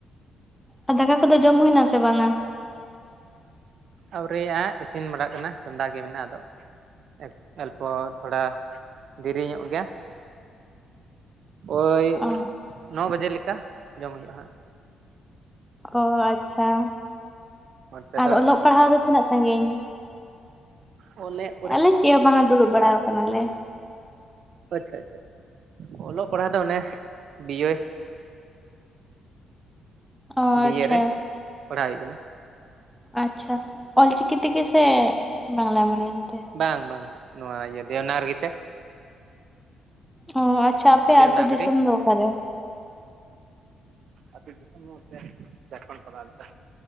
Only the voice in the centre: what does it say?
ᱟ ᱫᱟᱠᱟ ᱠᱚᱫᱚ ᱡᱚᱢ ᱦᱩᱭᱱᱟ ᱥᱮ ᱵᱟᱝᱼᱟ?
ᱚ
ᱚ ᱟᱪᱪᱷᱟ,
ᱟᱨ
ᱚᱞᱚᱜ ᱯᱟᱲᱦᱟᱣ ᱫᱚ ᱛᱤᱱᱟᱹᱜ ᱥᱟᱹᱜᱤᱧ?
ᱟᱞᱮ ᱪᱮᱜ ᱦᱚᱸ ᱵᱟᱝᱟ ᱫᱩᱲᱩᱵ ᱵᱟᱲᱟᱣ ᱟᱠᱟᱱᱟᱞᱮ᱾
ᱚ
ᱟᱪᱪᱷᱟ
ᱟᱪᱪᱷᱟ, ᱚᱞᱪᱤᱠᱤ ᱛᱮᱜᱮ ᱥᱮ ᱵᱟᱝᱞᱟ ᱢᱤᱰᱤᱭᱟᱢ ᱛᱮ?
ᱚ, ᱟᱪᱪᱷᱟ ᱟᱯᱮ
ᱟᱛᱳ ᱫᱤᱥᱚᱢ ᱫᱚ ᱚᱠᱟᱨᱮ?